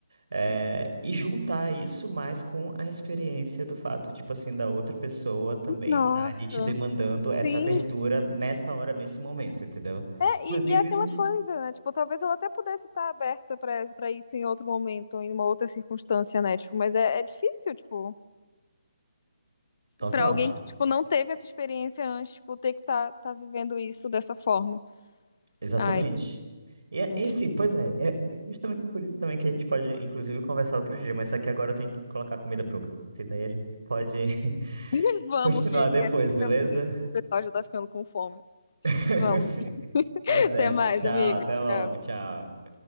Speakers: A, on the right (about 70°); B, on the left (about 50°).
A: é, e juntar isso mais com a experiência do fato, tipo assim, da outra pessoa também
B: Nossa.
A: tá ali te demandando essa
B: Sim.
A: abertura nessa hora, nesse momento, entendeu?
B: É,
A: Inclusive,
B: e, e é aquela
A: né?
B: coisa, né? Tipo, talvez ela até pudesse estar aberta pra para isso em outro momento, em uma outra circunstância, né? Tipo, mas é, é difícil, tipo,
A: Total.
B: pra alguém que tipo não teve essa experiência antes, tipo, ter que tá, tá vivendo isso dessa forma.
A: Exatamente.
B: Ai,
A: E, é-
B: é
A: e
B: difícil.
A: sim, pois é, é justamente por isso também que a gente pode, inclusive, conversar outro dia, mas só que agora eu tenho que colocar a comida pro gato, daí a gente pode <laughs>
B: <laughs> Vamos
A: continuar
B: que
A: depois,
B: que aqui
A: beleza?
B: também o pessoal já tá ficando com fome.
A: <laughs>
B: Vamos.
A: Sim.
B: <laughs>
A: Tá certo.
B: Até mais,
A: Tchau,
B: amiga.
A: até
B: Tchau.
A: logo, tchau.